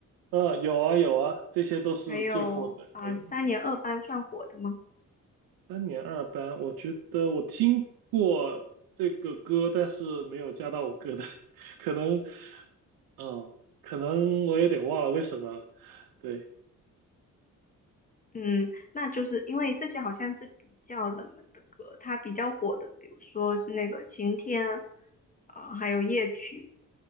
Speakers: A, on the right; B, on the left.
A: 嗯，有啊有啊，这些都是最火的歌。
B: 还有啊、三年二班算火的吗？
A: 三年二班，我觉得我听过这个歌，但是没有加到我歌单，<laughs> 可能，哦，可能我有点忘了为什么了。对
B: 嗯，那就是因为这些好像是比较冷门的歌，它比较火的，比如说是那个《晴天》啊、还有《夜曲》，